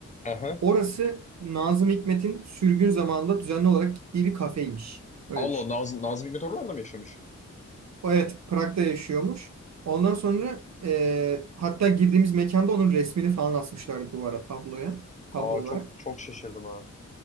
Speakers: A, on the left; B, on the right.
A: Aha.
B: Orası Nazım Hikmet'in sürgün zamanında düzenli olarak gittiği bir kafeymiş. Öyle
A: Allah
B: düşün.
A: Naz Nazım Hikmet oralarda mı yaşamış?
B: Evet, Prag'da yaşıyormuş. Ondan sonra e, hatta girdiğimiz mekanda onun resmini falan asmışlardı duvara tabloya, tablo
A: Aa
B: olarak.
A: çok çok şaşırdım ha.